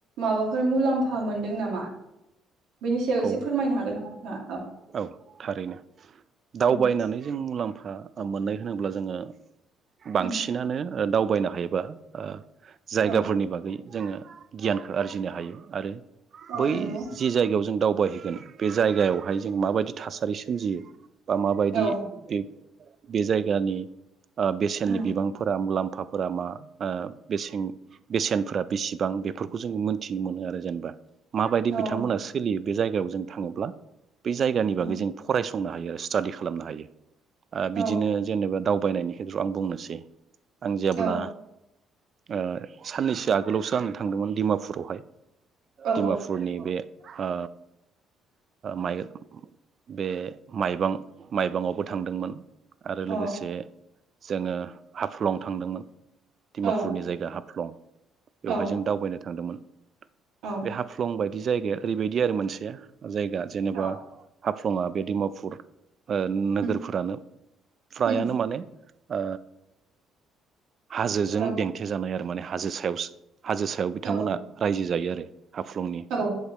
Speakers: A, on the right; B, on the right.
A: माबाफोर मुलाम्फा मोनदों नामा बेनि सायाव एसे
B: औ
A: फोरमायनो हागोन नामा नोंथाङा?
B: औ थारैनो दावबायनानै
A: उम
B: जों मुलाम्फा आ ओ मोननाय होनोब्ला जोङो बांसिनानो
A: उम
B: दावबायनो हायोबा ओ जायगाफोरनि
A: औ
B: बागै जोङो गियानखो आरजिनो हायो आरो
A: औ
B: बै
A: नंगौ
B: जि जायगायाव जों दावबायहैगोन बे जायगायावहाय जों माबायदि थासारि सोमजियो बा माबायदि
A: औ
B: बे बे जायगानि आ बेसेननि
A: उम
B: बिबांफोरा मुलाम फाफोरा मा ओ बेसिं बेसेनफोरा बिसिबां बेफोरखौ जों मोनथिनो मोनो आरो जेनेबा माबायदि
A: औ
B: बिथांमोना
A: मोन
B: सोलियो बे जायगायाव जों थाङोब्ला बे जायगानि बागै
A: उम
B: जों फरायस संनो हायो आरो स्टादि खालामनो हायो। ओ
A: औ
B: बिदिनो जेनेबा दावबायनायनि <unintelligible> आं बुंनोसै आं जेब्ला
A: औ
B: ओ साननैसो आ गोलावसो आं थांदोंमोन दिमापुरावहाय,
A: औ
B: दिमापुरनि बे ओ माइ बे माइबां माइबांआवबो थांदोंमोन आरो
A: अ
B: लोगोसे जोङो हाफ्लं थांदोंमोन, दिमापुरनि
A: औ
B: जायगा हाफलं, बेवहाय
A: औ
B: जों दावबायनो थांदोंमोन।
A: औ
B: बे हाफलं बाय दि जायगाया ओरैबायदि आरो मोनसे <unintelligible> जायगा जेनेबा
A: औ
B: हाफ लङा बे दिमापुर ओ नोगोरफोरानो
A: उम
B: फ्रायानो
A: उम
B: माने ओ हाजोजों
A: औ
B: देंथे जानाय आरो माने हाजो सायावसो, हाजो सायाव बिथांमोना
A: औ
B: रायजो जायो आरो। <unintelligible> हाफलंनि
A: औ